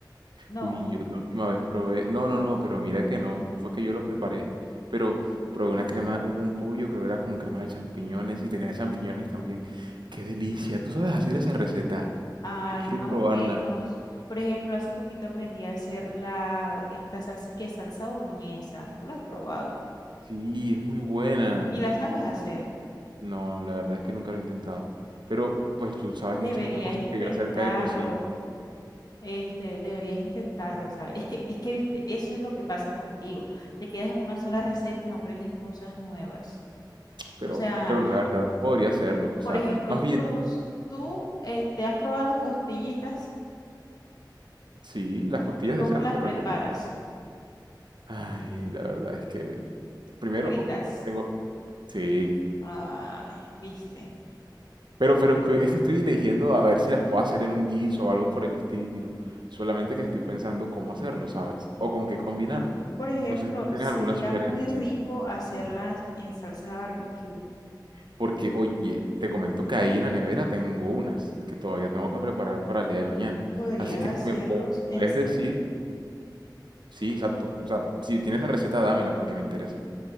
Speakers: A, on the left; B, on the right.
A: No,
B: Uy, yo la última vez probé. No, no, no, pero mira que no fue que yo lo preparé, pero probé una crema, un, un pollo, creo que era con crema de champiñones y tenía champiñones también. ¡Qué delicia! ¿Tú sabes hacer esa receta?
A: hay
B: Yo quiero
A: más
B: probarla.
A: o menos. Por ejemplo, hace poquito aprendí a hacer la, esta salsa que es salsa boloñesa, tú la has probado
B: Sí, es muy buena.
A: y la sabes hacer.
B: No, la verdad es que nunca lo he intentado. Pero pues tú sabes
A: Deberías
B: muchas más cosas
A: intentarlo.
B: que yo acerca de cocina.
A: Este, deberías intentarlo, ¿sabes? Es que, es que, viste, eso es lo que pasa contigo. Te quedas en una sola receta y no aprendes cosas nuevas.
B: Pero,
A: O sea,
B: pero la verdad podría hacerlo. O
A: por
B: sea,
A: ejemplo,
B: más
A: tú
B: bien,
A: los, tú, este, has probado las costillitas
B: sí, las costillas
A: y cómo
B: de cerdo,
A: las
B: ¿te
A: preparas,
B: refieres? Ay, la verdad es que primero
A: fritas.
B: tengo, sí.
A: Ay, viste.
B: Pero, pero es que, es que estoy eligiendo a ver si las puedo hacer en un guiso o algo por el estilo. Solamente que estoy pensando cómo hacerlo, ¿sabes? O con qué combinarlo.
A: Por ejemplo,
B: No sé si tú tienes
A: sería
B: alguna sugerencia.
A: muy rico hacerlas en salsa barbecue.
B: Porque, oye, te comento que ahí en la nevera tengo unas que todavía tengo que preparar para el día de mañana.
A: Podrías
B: Así que
A: hacerlos
B: si me puedes
A: en, sa-
B: decir, sí, exacto. O sea, si tienes la receta, dámela porque me interesa.